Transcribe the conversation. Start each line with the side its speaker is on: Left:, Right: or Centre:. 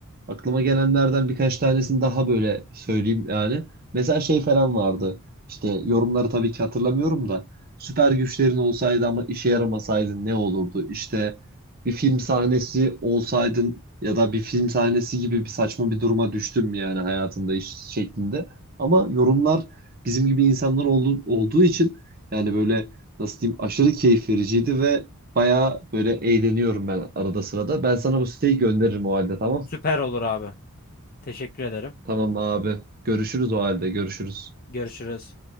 Right: Aklıma gelenlerden birkaç tanesini daha böyle söyleyeyim yani. Mesela şey falan vardı. İşte yorumları tabii ki hatırlamıyorum da. Süper güçlerin olsaydı ama işe yaramasaydın ne olurdu? İşte bir film sahnesi olsaydın ya da bir film sahnesi gibi bir saçma bir duruma düştün mü yani hayatında iş şeklinde. Ama yorumlar bizim gibi insanlar oldu, olduğu için yani böyle nasıl diyeyim aşırı keyif vericiydi ve bayağı böyle eğleniyorum ben arada sırada. Ben sana bu siteyi gönderirim o halde tamam
Left: Süper
Right: mı?
Left: olur abi. Teşekkür ederim.
Right: Tamam abi. Görüşürüz o halde. Görüşürüz.
Left: Görüşürüz.